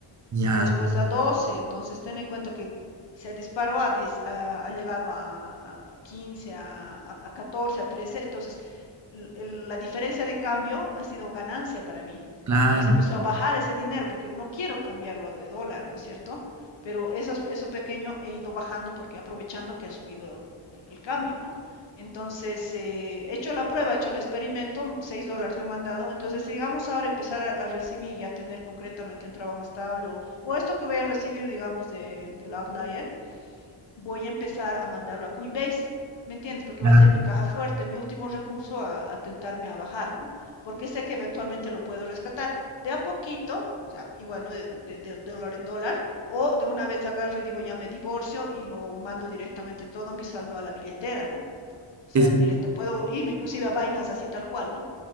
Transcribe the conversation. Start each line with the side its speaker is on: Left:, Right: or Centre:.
Right: ya,
Left: después a 12 entonces ten en cuenta que se disparó a 10, a- ha llegado a, llegado a- a 15, a, a- a a 13, entonces el- la diferencia de cambio ha sido ganancia para mí.
Right: claro,
Left: Entonces empezó a Claro. bajar ese dinero porque no quiero cambiarlo de dólar, ¿no es cierto? Pero eso, eso pequeño he ido bajando porque aprovechando que ha subido el el cambio, ¿no? Entonces, eh, he hecho la prueba, he hecho el experimento, 6 dólares me han mandado. Entonces, si digamos ahora empezar a, a recibir y a tener concretamente un trabajo estable o, o esto que voy a recibir, digamos, de, del Outlier, voy a empezar a mandarlo a Coinbase. ¿Me entiendes? Porque
Right: ya.
Left: va a ser mi caja fuerte, mi último recurso a, a, tentarme a bajar, ¿no? Porque sé que eventualmente lo puedo rescatar de a poquito, o sea, igual, ¿no? De, de, de, dólar en dólar, o de una vez agarro y digo ya me divorcio y lo mando directamente todo mi saldo a la billetera, ¿no? O sea,
Right: Es que,
Left: directa. Puedo irme inclusive a Binance así tal cual, ¿no?